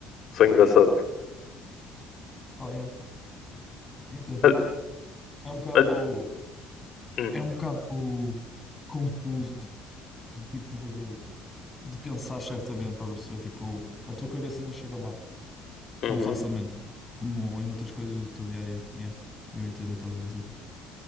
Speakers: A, on the left; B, on the left.
A: só engraçado.
B: Pá, yeah. Entendo.
A: Mas,
B: É um bocado.
A: mas, hum,
B: É um bocado confuso, tipo, de, de pensar certamente, estás a perceber? Tipo, a tua cabeça não chega lá.
A: uhum.
B: tão facilmente como em outras coisas do teu dia a dia. Yeah, eu entendo o que estás a dizer.